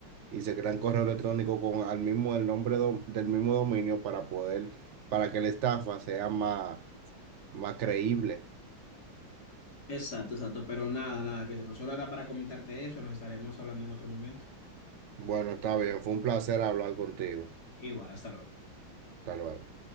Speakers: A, on the right; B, on the left.
A: y se crean correo electrónico con al mismo el nombre do- del mismo dominio para poder, para que la estafa sea más, más creíble.
B: exacto, exacto. Pero nada, nada, Christopher. Solo era para comentarte eso. Nos estaremos hablando en otro momento.
A: Bueno, está bien, fue un placer hablar contigo.
B: Igual, hasta luego.
A: Hasta luego.